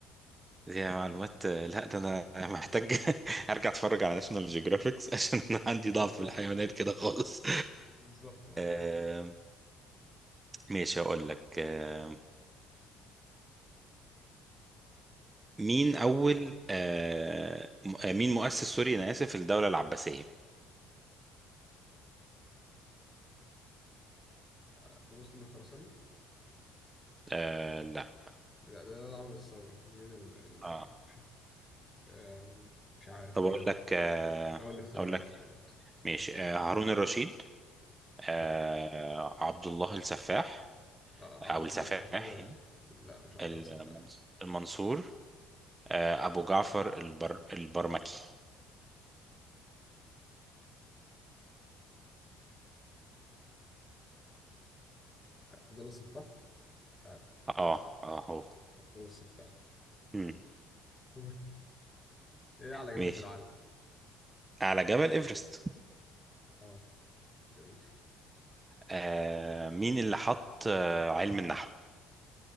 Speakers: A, on the right (about 20°); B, on the left (about 20°).
A: دي معلومات لا ده انا محتاج <laughs> ارجع اتفرج على ناشونال جيوغرافيكس عشان <laughs> انا عندي ضعف
B: ايوه
A: في الحيوانات كده خالص
B: بالظبط اه
A: <laughs> ماشي هقول لك آه، مين أول آه، م- آه، مين مؤسس سوري أنا آسف الدولة العباسية
B: مش عارف، ابو مسلم الخراساني
A: آه، لا
B: لا ده ده اللي عمل الثوره مين ال
A: آه.
B: ال مش آم، مش عارف
A: طب
B: مين
A: أقول لك آه،
B: هو الاختيارات
A: أقول لك
B: هو الاختيارات هو
A: ماشي
B: الاختيارات
A: آه، هارون الرشيد آه،
B: لا
A: عبد الله السفاح
B: آه
A: أو السفاح
B: آه لا عبد الله
A: يعني
B: لا مش عبد
A: المنص-
B: الله السفاح
A: المنصور آه، أبو جعفر البر البرمكي
B: عبد الله السفاح مش عارف
A: اه اه هو
B: هو السفاح
A: مم.
B: <laughs> ايه اعلى
A: ماشي
B: جبل في العالم
A: على جبل إيفرست
B: اه جميل
A: آه، مين اللي حط آه، علم النحو